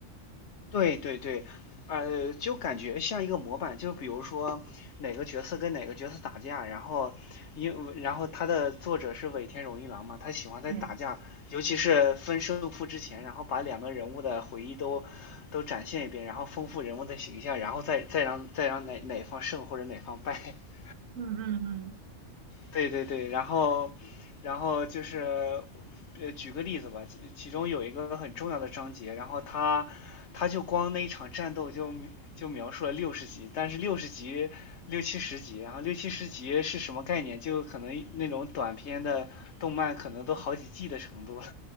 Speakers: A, on the left (about 60°); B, on the right (about 75°).
A: 对对对，呃，就感觉像一个模板，就比如说哪个角色跟哪个角色打架，然后因然后他的作者是尾田荣一郎嘛，他喜欢在打架，
B: 对，
A: 尤其是分胜负之前，然后把两个人物的回忆都都展现一遍，然后丰富人物的形象，然后再再让再让哪哪方胜或者哪方败。<laughs>
B: 嗯嗯嗯，
A: 对对对，然后，然后就是，呃，举个例子吧，其其中有一个很重要的章节，然后他他就光那一场战斗就就描述了六十集，但是六十集六七十集，然后六七十集是什么概念？就可能那种短片的动漫可能都好几季的程度了。